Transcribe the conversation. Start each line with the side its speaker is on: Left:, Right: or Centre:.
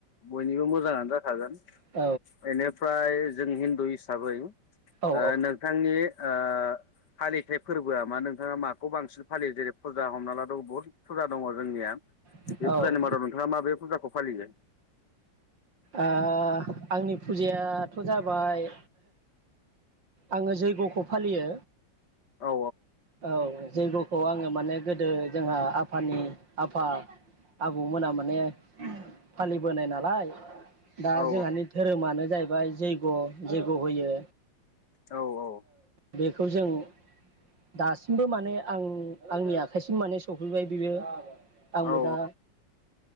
Left: बयनिबो मोजाङानो जाखागोन
Right: औ
Left: एनो फ्राय जों हिन्दु हिसाबै ओ
Right: औ
Left: नोंथांनि ओ फालिथाय फोरबोआ मा नोंथाङा मा खौ बांसिन फालियो जेरै फुजा हमना ला द बुहुत फुजा दङ जोंनिया।
Right: औ
Left: बे फुजानिमादाव
Right: औ
Left: नोंथाङा माबे फुाखौ फालियो?
Right: ओ आंनि फुजायाथ जाबाय आङो जैगखौ फालियो।
Left: औ
Right: औ जैग खौ आङो माने गोदो जोंहा आफानि आफा आबौमोना माने फालिबोनाय नालाय। दा
Left: औ
Right: जोंहानि धोरोमानो जाहैबा प्राय जैग' जैग' होयो।
Left: औ औ
Right: बेखौ जों दासिमबो माने आं आंनि आखाइसिम माने सफैबाय बेबो आंबो
Left: औ
Right: दा